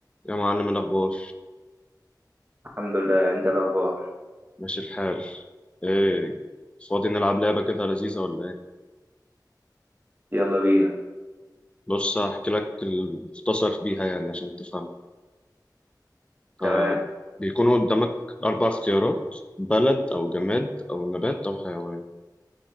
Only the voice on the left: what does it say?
يا معلم الأخبار
ماشي الحال إيه فاضي نلعب لعبة كده لذيذة ولا إيه؟
بص هحكي لك المختصر بيها يعني عشان تفهم ف-
بيكونوا قدامك أربع اختيارات بلد أو جماد أو نبات أو حيوان